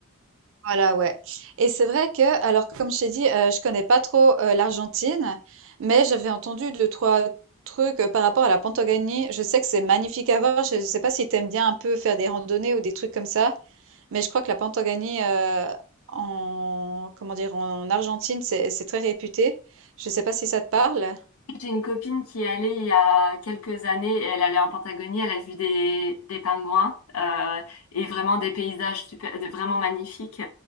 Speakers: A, on the right (about 65°); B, on the left (about 75°).
A: Voilà, ouais et c'est vrai que alors que comme je t'ai dit, heu, je connais pas trop, heu, l'Argentine, mais j'avais entendu deux trois trucs, heu, par rapport à la Patagonie. Je sais que c'est magnifique à voir. Je sais pas si tu aimes bien un peu faire des randonnées ou des trucs comme ça, mais je crois que la Patagonie, heu, en comment dire? En Argentine, c'est c'est très réputé. Je sais pas si ça te parle?
B: J'ai une copine qui est allée il y a quelques années, elle allait en Patagonie, elle a vu des, des pingouins euh, et vraiment des paysages super, de- vraiment magnifiques.